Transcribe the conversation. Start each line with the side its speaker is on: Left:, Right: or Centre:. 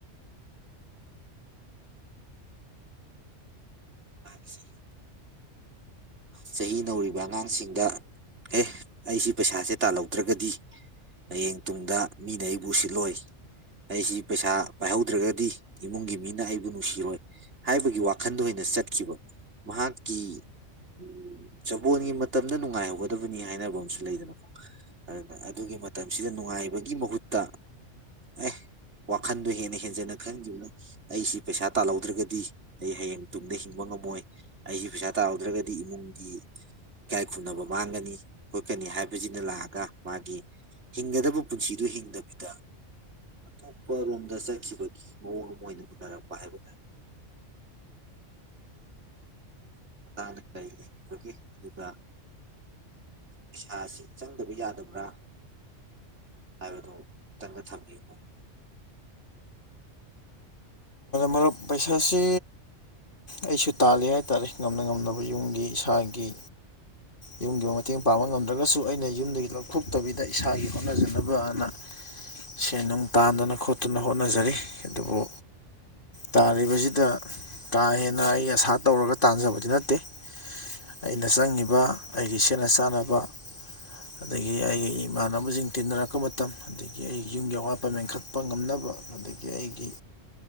Right: ꯒꯤ ꯆꯍꯤ ꯅꯧꯔꯤꯕ ꯑꯉꯥꯡꯁꯤꯡꯗ ꯑꯦ ꯑꯩꯁꯤ ꯄꯩꯁꯥꯁꯦ ꯇꯥꯜꯍꯧꯗ꯭ꯔꯒꯗꯤ ꯍꯌꯦꯡ ꯇꯨꯡꯗ ꯃꯤꯅ ꯑꯩꯕꯨ ꯁꯤꯜꯂꯣꯏ ꯑꯩꯁꯤ ꯄꯩꯁꯥ ꯄꯥꯏꯍꯧꯗ꯭ꯔꯒꯗꯤ ꯏꯃꯨꯡꯒꯤ ꯃꯤꯅ ꯑꯩꯕꯨ ꯅꯨꯡꯁꯤꯔꯣꯏ ꯍꯥꯏꯕꯒꯤ ꯋꯥꯈꯟꯗ ꯑꯣꯏꯅ ꯆꯠꯈꯤꯕ ꯃꯍꯥꯛꯀꯤ ꯎꯝ ꯆꯒꯣꯜꯒꯤ ꯃꯇꯝꯗ ꯅꯨꯡꯉꯥꯏꯍꯧꯒꯗꯕꯅꯤ ꯍꯥꯏꯅꯕ ꯑꯝꯁꯨ ꯂꯩꯗꯅꯀꯣ ꯑꯗꯨꯅ ꯑꯗꯨꯒꯤ ꯃꯇꯝꯁꯤꯗ ꯅꯨꯡꯉꯥꯏꯕꯒꯤ ꯃꯍꯨꯠꯇ ꯑꯦ ꯋꯥꯈꯟꯗꯣ ꯍꯦꯟꯅ ꯍꯦꯟꯖꯟꯅ ꯈꯟꯈꯤꯕꯅ ꯑꯩꯁꯤ ꯄꯩꯁꯥ ꯇꯥꯜꯍꯧꯗ꯭ꯔꯒꯗꯤ ꯑꯩ ꯍꯌꯦꯡ ꯇꯨꯡꯗ ꯍꯤꯡꯕ ꯉꯝꯃꯣꯏ ꯑꯩꯁꯤ ꯄꯩꯁꯥ ꯇꯥꯍꯧꯗ꯭ꯔꯒꯗꯤ ꯏꯃꯨꯡꯒꯤ ꯏꯀꯥꯏ ꯈꯨꯝꯅꯕ ꯃꯥꯡꯒꯅꯤ ꯈꯣꯠꯀꯅꯤ ꯍꯥꯏꯕꯁꯤꯅ ꯂꯥꯛꯑꯒ ꯃꯥꯒꯤ ꯍꯤꯡꯒꯗꯕ ꯄꯨꯟꯁꯤꯗꯨ ꯍꯤꯡꯗꯕꯤꯗ ꯑꯇꯣꯞꯄꯔꯣꯝꯗ ꯆꯠꯈꯤꯕꯒꯤ ꯃꯑꯣꯡ ꯑꯃ ꯑꯣꯏꯅ ꯎꯅꯔꯛꯄ ꯍꯥꯏꯕ ꯇꯥꯔꯦ ꯃꯇ ꯀꯔꯤꯒꯤ ꯑꯗꯨꯒ ꯄꯩꯁꯥꯁꯤ ꯆꯪꯗꯕ ꯌꯥꯗꯕ꯭ꯔꯥ ꯍꯥꯏꯕꯗꯣ ꯑꯨꯇꯪꯒ ꯊꯝꯕꯤꯀꯣ
Left: ꯃꯔ ꯄꯩꯁꯥꯁꯤ ꯑꯩꯁꯨ ꯇꯥꯜꯂꯤ ꯍꯥꯏꯇꯥꯥꯔꯦ ꯉꯝꯅ ꯉꯝꯅꯕ ꯌꯨꯝꯒꯤ ꯏꯁꯥꯒꯤ ꯌꯨꯝꯒꯤꯕꯨ ꯃꯇꯦꯡ ꯄꯥꯡꯕ ꯉꯝꯗ꯭ꯔꯒꯁꯨ ꯑꯩꯅ ꯌꯨꯝꯗꯒꯤ ꯂꯧꯊꯣꯛꯇꯕꯤꯗ ꯏꯁꯥꯒꯤ ꯍꯣꯠꯅꯖꯅꯕꯅ ꯁꯦꯟ ꯅꯨꯡ ꯇꯥꯟꯗꯅ ꯈꯣꯠꯇꯅ ꯍꯣꯠꯅꯖꯔꯤ ꯑꯗꯨꯕꯨ ꯇꯥꯔꯤꯕꯁꯤꯗ ꯀꯥ ꯍꯦꯟꯅ ꯑꯩ ꯑꯁꯥ ꯇꯧꯔꯒ ꯇꯥꯟꯖꯕꯗꯤ ꯅꯠꯇꯦ ꯑꯩꯅ ꯆꯪꯉꯤꯕ ꯑꯩꯒꯤ ꯁꯦꯠꯅ ꯆꯥꯅꯕ ꯑꯗꯒꯤ ꯑꯩꯒꯤ ꯏꯃꯥꯟꯅꯕꯁꯤꯡ ꯇꯤꯟꯅꯔꯛꯄ ꯃꯇꯝ ꯑꯗꯒꯤ ꯑꯩꯒꯤ ꯌꯨꯝꯒꯤ ꯑꯋꯥꯠꯄ ꯃꯦꯟꯈꯠꯄ ꯉꯝꯅꯕ ꯑꯗꯒꯤ ꯑꯩꯒꯤ